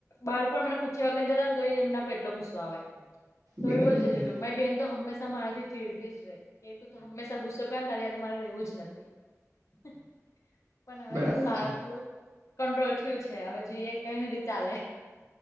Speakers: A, on the left; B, on the right.
A: બહાર પણ મને પૂછીયા વગરને જતાને તો એમના એટલો ગુસ્સો આવે તો
B: બરાબર
A: એવું બધું થઇ
B: છે
A: જતું મારી બેહેન તો હંમેશા મારાથી ચીરતી જ રેય. કે તું તો હંમેશા ગુસ્સો કરે ને તારે તો મારે રહેવું જ નથી. હ પણ હવે
B: બરાબર
A: સારું
B: છે
A: થોડુંક કંટ્રોલ થયું છે હવે જે એ કેઇ ઈ રીતે ચાલે